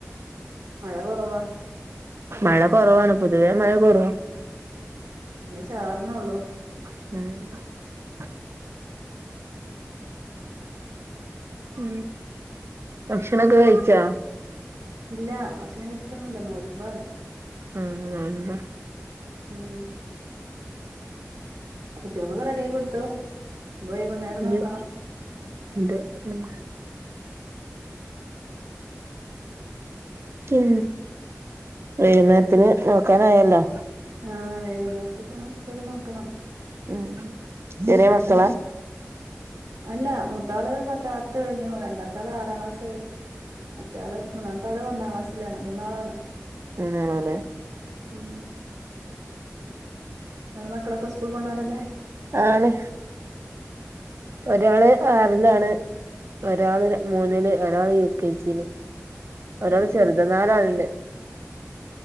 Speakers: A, on the right; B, on the right.
A: മഴ കുറവാ
B: മഴ കുറവാണ് പൊതുവേ മഴ കുറവ
A: ചാറിണേ ഉള്ളൂ
B: ഉഹ <unintelligible>
A: ഉം <inaudible>
B: ഉ ഭക്ഷണൊക്കെ കഴിച്ചാ
A: ഇല്ല ഭക്ഷണം കഴിച്ചിട്ടൊന്നുമല്ല നോലമ്പാണ്
B: ആഹ നന്ത
A: ഉം ചറക്കൊക്കെ റെഡി ആാക്കി കൊടുത്തുയി കൊുന്നേരം
B: ഇത്
A: നോക്കണം
B: ഇത് ഉം ഉ വൈകുന്നേരത്തിന് നോക്കാനായല്ലോ
A: ആഹ് വേക നേരത്തെപ്പ വര് നോക്കണം
B: ഉം ചന മക്കളാ
A: അല്ല മൂത്താള് പത്ത പത്ത് കഴിഞ്ഞു രണ്ടാത്താള് ആറാം ക്ലാസ് കഴഞ്ഞു മറ്റാള് മൂന്നാമത്തെ ആള് ഒന്നാം ക്ലാസ്സിലാണ് മൂന്നാളാണ്
B: നാണല്ലേ
A: ഉം അവിടെ മക്കളൊക്കെ സ്കൂൾ പോവണല്ലേ
B: ആന ഒരാള് ആറിലാണ് ഒരാള് മൂന്നില് ഒരാള് യ ചേച്ചിന് ഒരാള്
A: ആഹ്
B: ചെറുത നാലാളണ്ട്